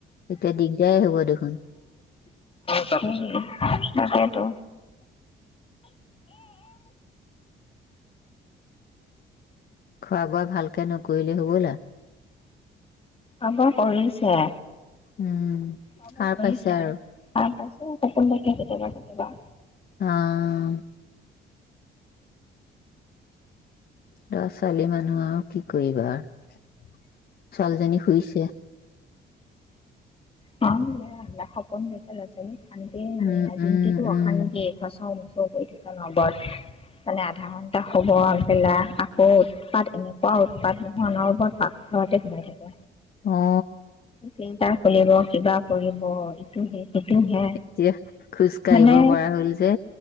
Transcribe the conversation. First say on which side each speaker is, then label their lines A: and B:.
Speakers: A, on the left; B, on the left.
A: এতিয়া দিগদাৰে হ'ব দেখোন।
B: তাকেইতো।
A: খোৱা বোৱা ভালকে নকৰিলে হ'বলা।
B: আমাৰ কৰিছে।
A: উম।
B: খোৱা
A: সাৰ
B: বোৱা কৰিছে
A: পাইছে আৰু
B: সাৰ পাইছে সপোন দেখে কেতিয়াবা কেতিয়াবা।
A: অঁ ল'ৰা ছোৱালী মানুহ আৰু কি কৰিবা ছোৱালীজনী শুইছে।
B: হ খাপন বেট ল আছে শান্তিয়ে মানে
A: উম
B: নাই দিনটোতো
A: উম উম
B: অশান্তিয়ে খোৱা চাও থাকে ন্বদ মানে আধা ঘন্টা হব পেলা আকৌ উৎপাত এনেকুৱা উৎপাত নোহোৱা অনবৰতে পাকঘৰতে সমাই থাকে
A: অ
B: চিন্তা খুলিব কিবা কৰিব ইটোহে সীটোহে
A: এতিয়া খোজ কাঢ়িব
B: মানে
A: পৰা হ'ল যে